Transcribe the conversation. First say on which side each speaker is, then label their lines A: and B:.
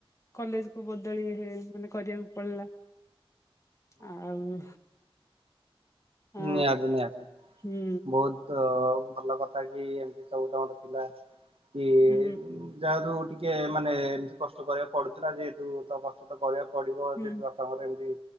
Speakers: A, on the left; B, on the right.
A: କଲେଜକୁ ବଦ ବଦଳି ହେ ମାନେ କରିବାକୁ ପଡିଲା। ଆଉ ଆ
B: ନିହାତି ନିହାତି
A: ହୁଁ
B: ବହୁତ ଭଲ କ ଥା କି ଏମତି ସବୁ ତମର ଥିଲା କି
A: ହୁଁ
B: ଯାହାବି ହଉ ଟିକ ଟିକେ ମାନେ ଏମତି କଷ୍ଟ କରିବାକୁ ପଡୁଥିଲା ଯେହେତୁ ତ କଷ୍ଟ ତ କରିବାକୁ ପଡିବ,
A: ହୁଁ
B: ଯେହେତୁ ବାପାଙ୍କର ଏମତି